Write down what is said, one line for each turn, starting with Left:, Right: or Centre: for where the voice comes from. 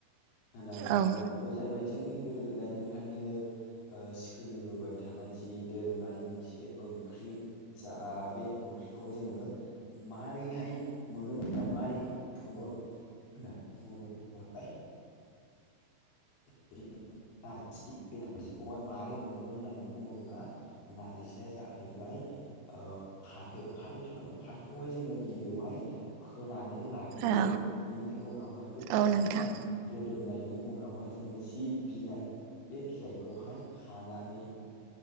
Left: होननानै बुङो
Right: औ
Left: बेबो जाहैबाय जोंनि गोदो गोदायनि बेनिखायनो ओ सोलिबोबाय थानाय जि दोरोङारि मोनसे ओंख्रि। जा बे ओंख्रिखौहाय जोङो मारैहाय मोनो बा मारैहाय सङो? बु होनना बुङोब्लाहाय <unintelligible> बे नारजिखौहाय मारै मोनो होननानै बुङोब्ला नारजिया जाहैबाय ओ फाथो फाथो बिफां फाथोखौहाय जोङो गिबियावहाय फोनानै लाग्रोयो
Right: औ
Left: बि नि उनावहाय बे फाथोआ
Right: औ नोंथां
Left: रोदोमनायनि उनावहाय जोङो जि बिलाइ बे बिलाइखौहाय खानानै